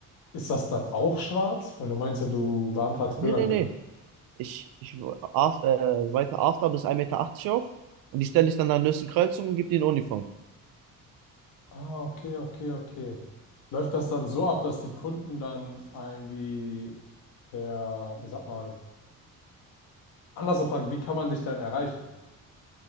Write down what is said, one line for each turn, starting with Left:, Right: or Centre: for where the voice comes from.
Left: ist das dann auch schwarz? Weil du meinst ja, du beantragst
Right: Nee,
Left: Bürgergeld.
Right: nee, nee. Ich, ich after, äh, weite After bis 1,80 Meter achtzig auf und die stelle ich dann an der nächsten Kreuzung und gebe die in Uniform.
Left: Ah, okay, okay, okay. Läuft das dann so ab, dass die Kunden dann irgendwie per, ich sag mal, anders gefragt, wie kann man dich dann erreichen?